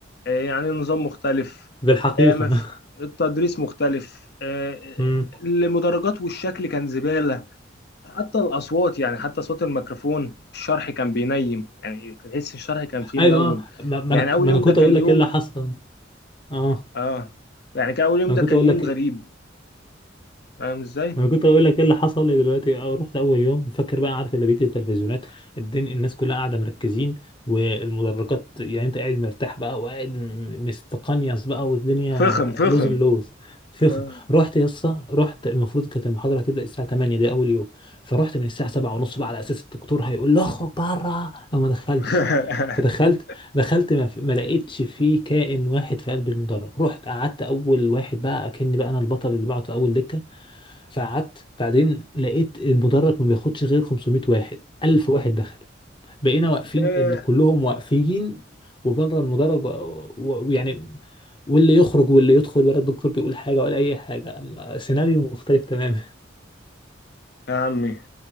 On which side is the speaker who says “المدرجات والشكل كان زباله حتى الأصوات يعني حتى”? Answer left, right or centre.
Left